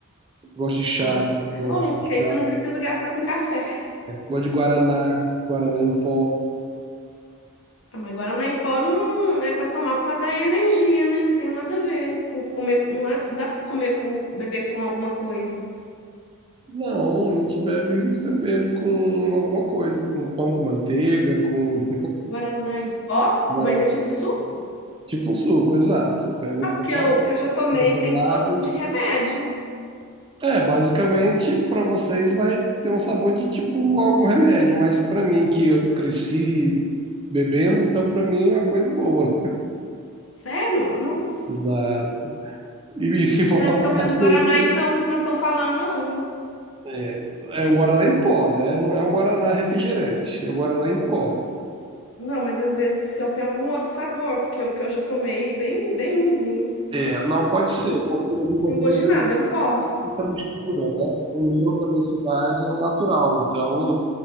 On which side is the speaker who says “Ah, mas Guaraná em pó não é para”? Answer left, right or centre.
Left